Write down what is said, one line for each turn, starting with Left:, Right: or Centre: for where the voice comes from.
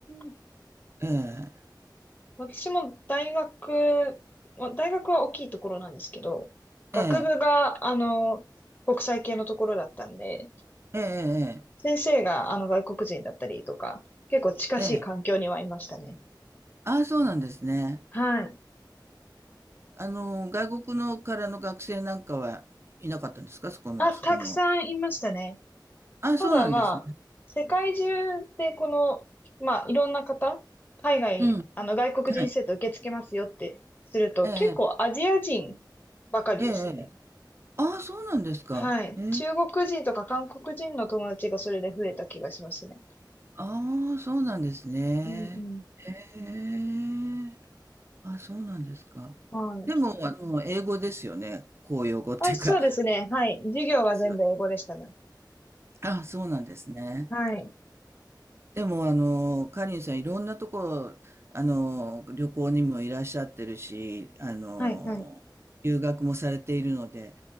Left: ん。
Right: ええ、
Left: 私も大学、まあ、大学は大きいところなんですけど、学部が、
Right: ええ、
Left: あの、国際系のところだったんで、
Right: ええ、
Left: 先生が、あの、外国人だったりとか、結構近しい環境にはいましたね。
Right: ええ、ええ。ああ、そうなんですね。
Left: はい。
Right: あの、外国のからの学生なんかはいなかったんですかそこの、
Left: あ、
Right: そこの。
Left: たくさんいましたね。
Right: ああ、
Left: ただまあ、
Right: そうなんですね。
Left: 世界中でこの、まあ、いろんな方、海外、
Right: うん。
Left: あの、外国人生徒受け付けますよってすると、
Right: はい。ええ、
Left: 結構アジア人ばかりですね。
Right: ええ、ええ。ああ、そうなんですか。
Left: はい。
Right: へえ。
Left: 中国人とか韓国人の友達がそれで増えた気がしますね。
Right: ああ、そうなんですね。
Left: うんうん。
Right: へえ。あ、そうなんですか。
Left: はい。
Right: でも、あの、英語ですよね。公用語っていうか。
Left: あ、そうですね。はい。授業は全部英語でしたね。
Right: ですよね。ああ、そうなんですね。
Left: はい。
Right: でも、あの、カリンさん、いろんなとこ、あの、旅行にもいらっしゃってるし、あの、
Left: はい、はい。
Right: 留学もされているので、